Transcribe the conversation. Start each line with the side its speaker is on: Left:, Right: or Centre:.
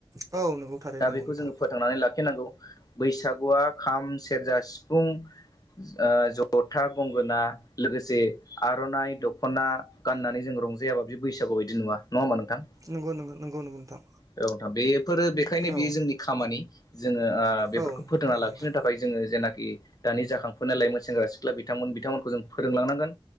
Right: औ नंगौ। थारैनो
Left: दा
Right: नंगौ
Left: बेखौ
Right: नोंथां
Left: जोङो फोथांनानै लाखिनांगौ बैसागुआ खाम सेरजा सिफुं जा जथा गंगोना लोगोसे आर'नाइ दख'ना गाननानै जों रंजायाबा बि बैसागु बायदि नुआ नङा होमबा नों थ
Right: नंगौ नंगौ नंगौ नंगौ नोंथां
Left: औ नोंथां बेफोरो बेखायनो
Right: औ
Left: बे जोंनि खामानि जोङो बेफोरखौ
Right: औ
Left: फोथांना
Right: थारैनो
Left: लाखिनो
Right: नोंथां
Left: थाखाय जोङो जेनाखि उ दानि जाखांफुनाय लाइमोन सेंग्रा सिख्ला बिथांमोन बिथांमोनखौ जों फोरोंलांनांगोन